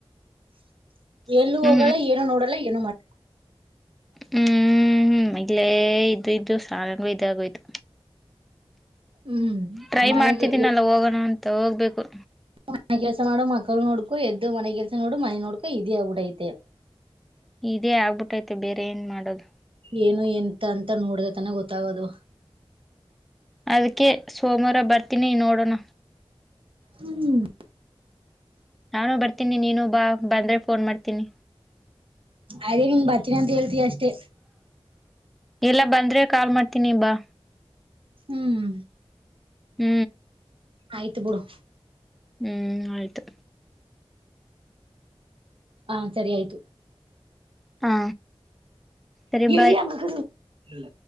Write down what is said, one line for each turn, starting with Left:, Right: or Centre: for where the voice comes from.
Right: <inaudible> ಎಲ್ಲು
Centre: ಹ್ಞೂ
Right: ಹೋಗಲ್ಲ ಏನು ನೋಡಲ್ಲ ಏನು ಮಾಡಲ್.
Centre: ಹ್ಮ್ ಹ್ಮ್ ಮಗ್ಲೆ ಇದ್ದ ಇದ್ದು ಸಂಗೂ ಇದೆ ಅಗೋಯ್ತು.
Right: ಹ್ಮ್
Centre: ಟ್ರೈ
Right: ಮನೆಗೆ
Centre: ಮಾಡ್ತಿದ್ದೀನಲ್ಲ ಹೋಗೋಣ ಅಂತ ಹೋಗ್ಬೇಕು.
Right: ಮನೆ ಕೆಲ್ಸ ಮಾಡು ಮಕ್ಳ ನೋಡ್ಕೊ ಎದ್ದು ಮನೆ ಕೆಲ್ಸ ನೋಡು ಮನೆ ನೋಡ್ಕೋ ಇದೇ ಆಗ್ಬುಡೈತೆ.
Centre: ಇದೇ ಆಗ್ಬುಟ್ಟೈತೆ ಬೇರೆ ಏನ್ ಮಾಡೋದು.
Right: ಏನು ಎಂತ ಅಂತ ನೋಡ್ದೆ ತನೆ ಗೊತ್ತಾಗೋದು.
Centre: ಅದುಕ್ಕೆ ಸೋಮ್ವಾರ ಬರ್ತೀನಿ ನೋಡೋಣ.
Right: ಹ್ಮ್
Centre: ನಾನು ಬರ್ತೀನಿ ನೀನು ಬಾ ಬಂದ್ರೆ ಫೋನ್ ಮಾಡ್ತೀನಿ
Right: ಅದೇ ನೀನ್ ಬರ್ತೀನಿ ಅಂತ ಹೇಳ್ತೀಯ ಅಷ್ಟೇ
Centre: ಇಲ್ಲ ಬಂದ್ರೆ ಕಾಲ್ ಮಾಡ್ತೀನಿ ಬಾ
Right: ಹ್ಮ್
Centre: ಹ್ಮ್
Right: ಆಯ್ತು ಬಿಡು
Centre: ಹ್ಮ್ ಆಯ್ತು
Right: ಹಾ ಸರಿ ಆಯ್ತು
Centre: ಹಾ ಸರಿ
Right: <unintelligible>
Centre: ಬಾಯ್
Right: ಇಲ್ಲ